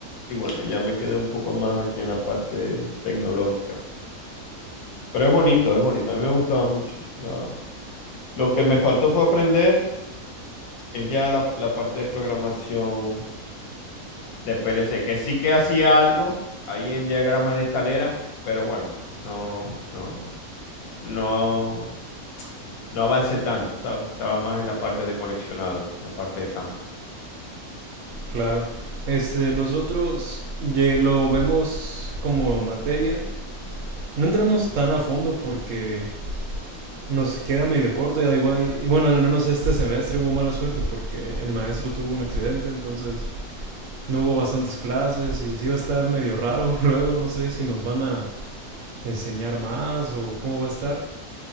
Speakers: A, on the left; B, on the right.
A: y bueno, ya me quedé un poco más aquí en la parte tecnológica. Pero es bonito, es bonito. A mí me gustaba mucho. La, Lo que me faltó fue aprender es ya la, la parte de programación de PLC, que sí que hacía algo ahí en diagramas de escalera, pero bueno, no, no, no, no avancé tanto, ¿sabes? Estaba más en la parte de conexionado, en la parte de campo.
B: claro. Este, nosotros ye- lo vemos como materia. No entramos tan a fondo porque Nos queda medio corto, ya igual. Y bueno, al menos este semestre hubo mala suerte porque el maestro tuvo un accidente, entonces no hubo bastantes clases y sí va a estar medio raro. <laughs> Luego no sé si nos van a enseñar más o cómo va a estar,